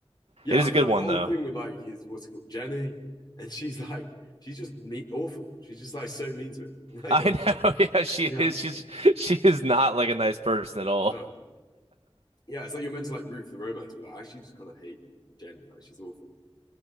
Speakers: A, on the left; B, on the right.
A: Yeah.
B: It is
A: I felt
B: a good
A: like
B: one
A: the whole
B: though.
A: thing with like his what's it called Jenny, and she's like she's just neat awful. She's just like so mean to him, <laughs> like
B: I
A: the whole
B: know.
A: time.
B: <laughs> Yeah, she
A: Yeah.
B: is. She's she is not like a nice person at all.
A: No. Yeah, it's like you're meant to like root for the romance, but like I actually just kind of hate Jenny. Like she's awful.